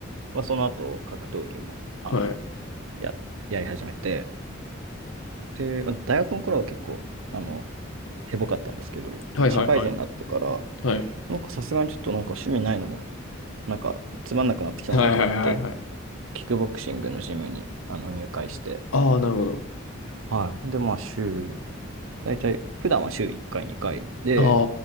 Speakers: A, on the right; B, on the left.
A: まあ、その後格闘技もあの
B: はい。
A: や、やり始めて、で、まあ大学の頃は結構、あの、へぼかったんですけど、
B: はいはいはい。
A: 社会人になってから、
B: はい。
A: なんかさすがにちょっとなんか趣味ないのも、なんかつまんなくなってきたなと思って、
B: はいはいはいはいはい。
A: キックボクシングのジムにあの入会して、
B: ああ、なるほど。
A: はい。で、まあ週、大体、普段は週1回、2回で、
B: あ